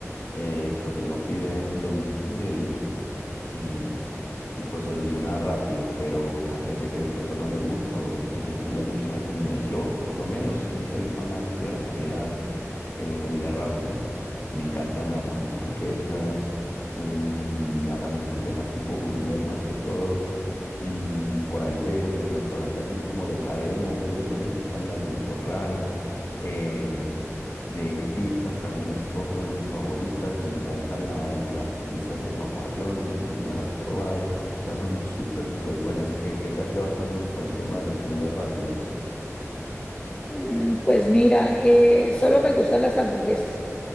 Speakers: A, on the left (about 50°); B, on the left (about 20°).
A: eh, pues uno pide un domicilio y, y pues soluciona rápido, pero hay gente que de pronto no le gusta o si se cuida mucho en la comida. Yo, por lo menos, sí soy fanático de la comida, eh, comida rápida. Me encantan las hamburguesas, mm, las hamburguesas tipo gourmet más que todo. Mm, por ahí de, de restaurante así de como de cadena y eso, me gustan las del Corral. eh, de pizzas también es otra de mis favoritas. Me encantan la- las pizzas de papayón, no sé si las has probado. Esas son súper, súper buenas. ¿Qué, qué tal te va con, con el tema de las comidas rápidas?
B: Mm, Pues mira, eh, solo me gustan las hamburguesas,